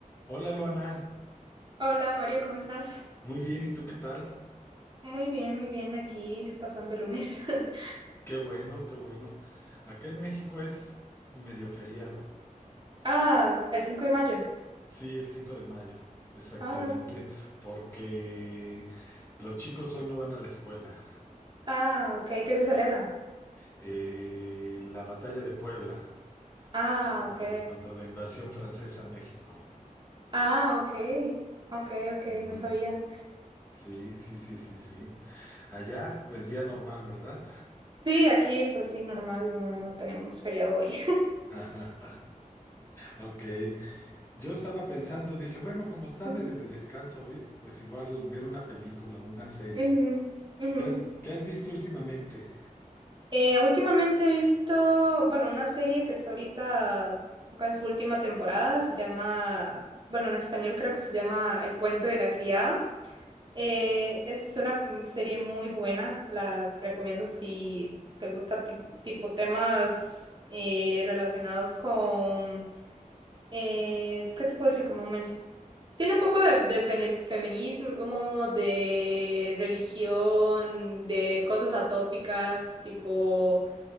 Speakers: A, on the left; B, on the right.
A: Hola Luana,
B: Hola Mario, ¿cómo estás?
A: muy bien, ¿y tú qué tal?
B: Muy bien, muy bien, aquí pasando el lunes. <laughs>
A: Qué bueno, qué bueno. Acá en México es medio feriado,
B: Ah, el 5 de mayo.
A: sí, el 5 de mayo, exactamente,
B: Ah, no.
A: porque los chicos hoy no van a la escuela.
B: Ah, ok, ¿qué se celebra?
A: Eh, la batalla de Puebla,
B: Ah,
A: este,
B: ok.
A: cuando la invasión francesa a México.
B: Ah, ok. Ok, ok,
A: Ujú,
B: no sabía.
A: Sí, sí, sí, sí, sí. Allá, pues día normal, ¿verdad?
B: Sí, aquí pues sí, normal, no, no tenemos feriado hoy.
A: <laughs> Ok, Yo estaba pensando, dije, bueno, como está
B: <laughs>
A: medio de descanso hoy, pues igual ver una película o una serie.
B: Ujú, ujú.
A: ¿Qué has, qué has visto últimamente?
B: Eh, últimamente he visto, bueno, una serie que está ahorita en su última temporada, se llama, bueno, en español creo que se llama El cuento de la criada. Eh, es una mm, serie muy buena, la recomiendo si te gusta ti- tipo temas eh, relacionados con, eh, ¿qué te puedo decir? Como men- Tiene un poco de, de fene- feminismo, de religión, de cosas atópicas, tipo